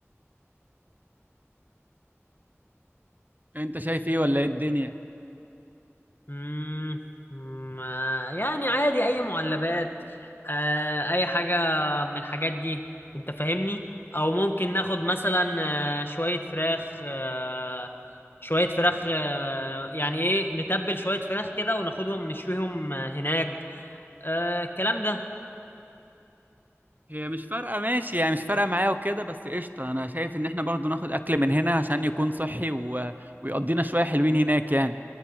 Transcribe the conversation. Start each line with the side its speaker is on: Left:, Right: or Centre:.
Right: انت شايف ايه ولا ايه الدنيا
Left: مم. مم، آه، يعني عادي اي معلبات آه، اي حاجة من الحاجات دي انت فاهمني او ممكن ناخد مثلا آه، شوية فراخ آه، شوية فراخ آه، يعني ايه نتبل شوية فراخ كده وناخدهم نشويهم آه، هناك آه، الكلام ده
Right: هي مش فارقة ماشي يعني مش فارقة معايا وكده بس قشطة أنا شايف إن إحنا برضو ناخد أكل من هنا عشان يكون صحي و... ويقضينا شوية حلوين هناك يعني